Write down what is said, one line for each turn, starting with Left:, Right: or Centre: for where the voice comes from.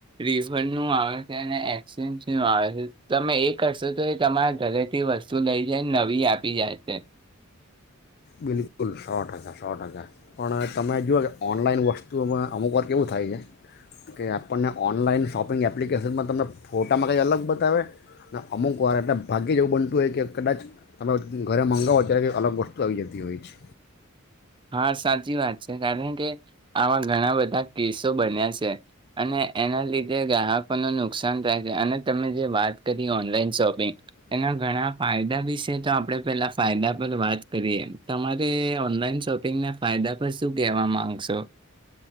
Right: રિફંડનું આવે છે અને એક્સચેન્જનું આવે છે તમે એ કરશો તો એ તમારા ઘરેથી વસ્તુ લઈ જાય નવી આપી જાય છે.
Left: બિલકુલ સો ટકા સો ટકા, પણ તમે જુઓ કે ઓનલાઈન વસ્તુઓમાં અમુકવાર કેવું થાય છે કે, આપણને ઓનલાઈન શોપિંગ એપ્લિકેશનમાં તમને ફોટામાં કંઈક અલગ બતાવે, અનેને અમુકવાર એટલે ભાગ્ય જેવું બનતું હોય કે કદાચ તમે ઘરે મંગાવો ત્યારે કંઈ અલગ વસ્તુ પ્રવ્યતિ હોય છે.
Right: હા સાચી વાત છે કારણ કે આવા ઘણા બધા કેસો બન્યા છે, અને એના લીધે ગ્રાહકોનું નુકસાન થાય છે અને તમે જે વાત કરી ઓનલાઈન શોપ પિંગ એના ઘણા ફાયદા વિશે તો આપડે પેલા ફાયદા પર વાત કરીએ તમારે ઓનલાન શોપ ના ફાયદા પર શું કવા માંગશો?